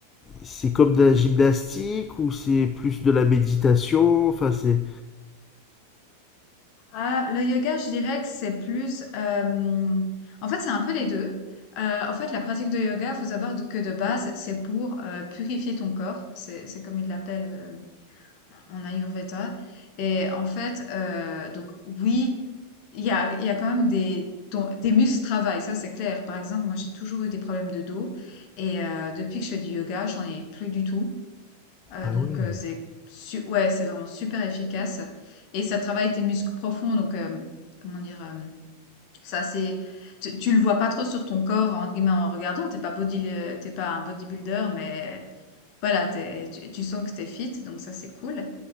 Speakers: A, on the left; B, on the left.
A: c'est comme de la gymnastique ou c'est plus de la méditation? Enfin, c'est.
B: Ah, le yoga, je dirais que c'est plus... euh, en fait, c'est un peu les deux. Euh, en fait, la pratique de yoga, faut savoir de- que de base, c'est pour euh, purifier ton corps. C'est, c'est comme ils l'appellent euh, en Ayurveda. Et en fait, euh, donc oui, il y a, il y a quand même des, ton- des muscles travail, ça c'est clair. Par exemple, moi, j'ai toujours eu des problèmes de dos. Et euh, depuis que je fais du yoga, j'en ai plus du tout. Heu,
A: Ah
B: donc
A: ouais.
B: heu, c'est su ouais, c'est vraiment super efficace et ça travaille tes muscles profonds donc hem, comment dire? Hem, ça c'est tu tu le vois pas trop sur ton corps entre guillemets en regardant, t'es pas body le tu pas un bodybuilder mais voilà, t'es tu tu sens que t'es fit donc ça c'est cool